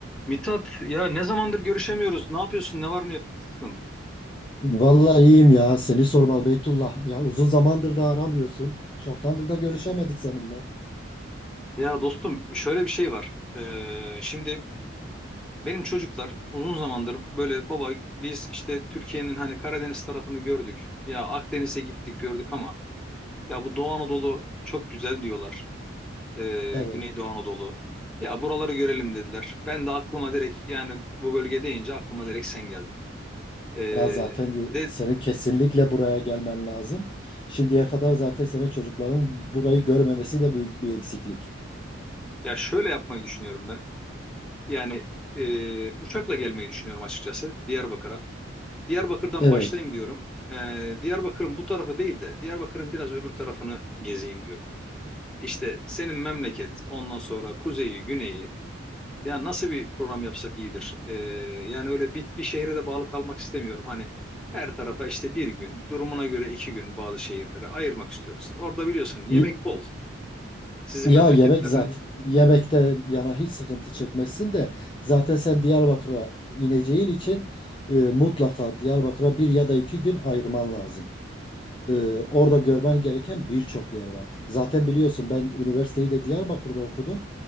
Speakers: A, in the centre; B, on the left.
A: Mithat ya ne zamandır görüşemiyoruz. Ne yapıyorsun? Ne var ne yok? Nasılsın?
B: Vallahi iyiyim ya. Seni sormalı Beytullah. Ya uzun zamandır da aramıyorsun. Çoktandır da görüşemedik seninle.
A: Ya dostum şöyle bir şey var. Ee, şimdi benim çocuklar uzun zamandır böyle baba biz işte Türkiye'nin hani Karadeniz tarafını gördük. Ya Akdeniz'e gittik gördük ama ya bu Doğu Anadolu çok güzel diyorlar. Ee,
B: Evet.
A: Güneydoğu Anadolu. Ya buraları görelim dediler. Ben de aklıma direkt yani bu bölge deyince aklıma direkt sen geldin. Ee,
B: Ya zaten de
A: de
B: seni kesinlikle buraya gelmen lazım. Şimdiye kadar zaten senin çocukların burayı görmemesi de büyük bir eksiklik.
A: ya şöyle yapmayı düşünüyorum ben. Yani e, uçakla gelmeyi düşünüyorum açıkçası Diyarbakır'a. Diyarbakır'dan
B: Evet.
A: başlayayım diyorum. E, Diyarbakır'ın bu tarafı değil de Diyarbakır'ın biraz öbür tarafını gezeyim diyorum. İşte senin memleket, ondan sonra kuzeyi, güneyi. Ya nasıl bir program yapsak iyidir. E, yani öyle bir, bir şehre de bağlı kalmak istemiyorum. Hani her tarafa işte bir gün, durumuna göre iki gün bazı şehirlere ayırmak istiyoruz. Orada biliyorsun yemek
B: Y-
A: bol sizin
B: Ya
A: memleketlerde.
B: yemek zaten yemekte yana hiç sıkıntı çekmezsin de zaten sen Diyarbakır'a ineceğin için e, mutlaka Diyarbakır'a bir ya da iki gün ayırman lazım. Ee, orada görmen gereken birçok yer var. Zaten biliyorsun ben üniversiteyi de Diyarbakır'da okudum.